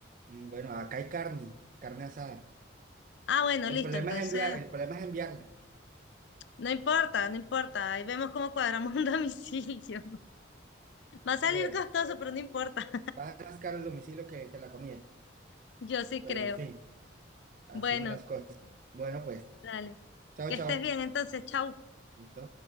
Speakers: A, on the right; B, on the left.
A: Mm, Bueno, acá hay carne, carne asada.
B: Ah, bueno, listo,
A: El problema
B: entonces
A: es enviar, el problema es enviarla.
B: No importa, no importa. Ahí vemos cómo cuadramos un <laughs> domicilio. Va a
A: Bueno,
B: salir costoso, pero no importa.
A: baja más caro el domicilio que, que la comida.
B: <laughs> Yo sí
A: Pero
B: creo.
A: en fin, así
B: Bueno,
A: son las cosas. Bueno, pues,
B: dale.
A: chao,
B: Que
A: chao.
B: estés bien entonces. Chao.
A: Listo.